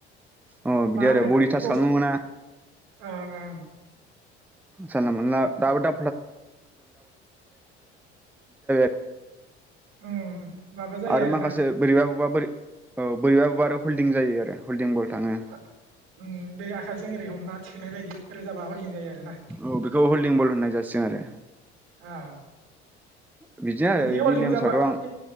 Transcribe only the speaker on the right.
मा होनोथाय
बक्सिं
ओं ओं।
ओं उम। माबा जायो
आरोना
उम बे आखाइजों ओरै हमना थिखोनाय बायदि रोजाबा हल्दिं जायो आरोना
हा
थ'